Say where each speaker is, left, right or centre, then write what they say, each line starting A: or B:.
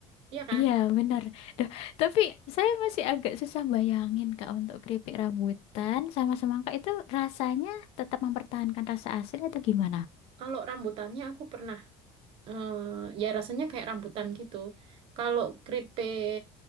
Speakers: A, on the right; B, on the left.
A: Iya kan?
B: Iya, benar. Duh, tapi saya masih agak susah bayangin, Kak, untuk keripik rambutan sama semangka itu rasanya tetap mempertahankan rasa asli atau gimana?
A: Kalau rambutannya aku pernah eh ya rasanya kayak rambutan gitu. Kalau keripik